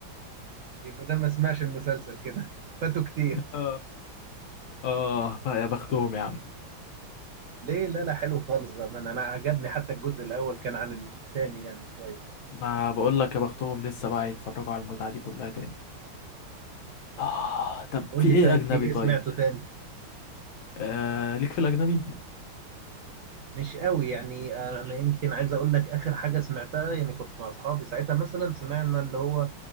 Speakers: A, on the right; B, on the left.
A: يبقى ده ما سمعش المسلسل كده <laughs> فاتوا كتير
B: اه اه يا بختهم يا عم
A: ليه لا لا حلو خالص بقى من انا عجبني حتى الجزء الاول كان عن الثاني يعني شويه
B: ما بقول لك يا بختهم لسه بقى يتفرجوا على المتعة دي كلها تاني آه طب
A: قول
B: في
A: لي
B: ايه
A: طيب
B: اجنبي
A: في ايه
B: طيب
A: سمعته تاني
B: آه ليك في الاجنبي
A: مش قوي يعني آه، انا يمكن عايز اقول لك اخر حاجه سمعتها يعني كنت مع اصحابي ساعتها مثلا سمعنا اللي هو